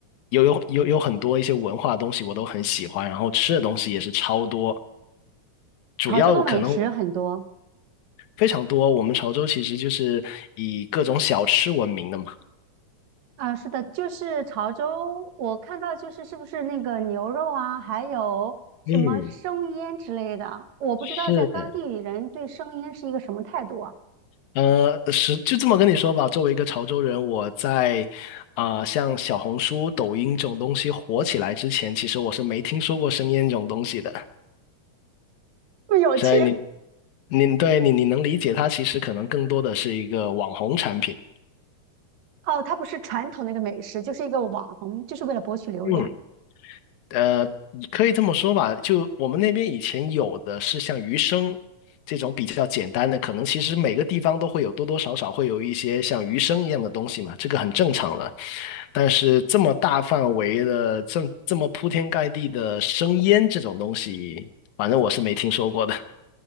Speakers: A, on the left; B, on the right.
A: 有有有有很多一些文化的东西我都很喜欢，然后吃的东西也是超多。主要可能
B: 潮州的美食很多。
A: 非常多。我们潮州其实就是以各种小吃闻名的嘛。
B: 啊，是的，就是潮州，我看到就是是不是那个牛肉啊，还有什么生腌之类的，
A: 嗯，
B: 我不知道在当地人对生腌是一个什么态度啊。
A: 是。的。呃，是就这么跟你说吧。作为一个潮州人，我在啊、像小红书、抖音这种东西火起来之前，其实我是没听说过生腌这种东西的。
B: <laughs> 不有趣，
A: 所以你你对你你能理解它，其实可能更多的是一个网红产品。
B: 哦，它不是传统的一个美食，就是一个网红，就是为了博取流量。
A: 嗯呃，你可以这么说吧，就我们那边以前有的是像鱼生这种比较简单的，可能其实每个地方都会有多多少少会有一些像鱼生一样的东西嘛，这个很正常的。但是这么大范围的，这这么铺天盖地的生腌这种东西，反正我是没听说过的。<laughs>